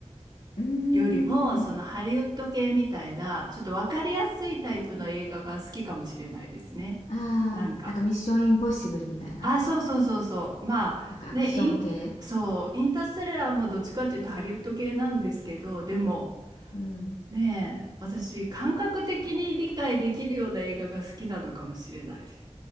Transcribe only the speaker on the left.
うーん。
あ
あ、なんかミッションインポッシブルみたいな。
なんかアクション系。
うん。